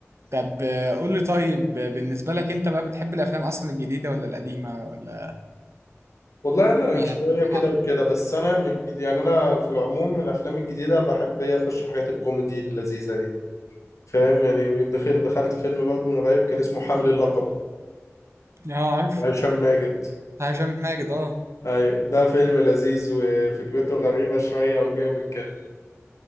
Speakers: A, on the right (about 65°); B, on the left (about 80°).
A: طب آه، قول لي طيب آه، بالنسبة لك انت بقى بتحب الافلام اصلا الجديدة ولا القديمة ولا
B: والله انا
A: يعني
B: شويه
A: بتتفرج
B: كده
A: على
B: وكده بس انا من الجد... يعني انا في العموم الافلام الجديده بحب إيه اخش حاجات الكوميدي اللذيذه دي فاهم يعني دخل دخلت فيلم برضه من قريب كان اسمه حامل اللقب
A: ايه؟ اه عارف
B: بتاع هشام ماجد
A: هشام ماجد اه
B: أيوة ده فيلم لذيذ وفكرته غريبه شويه وجامد كده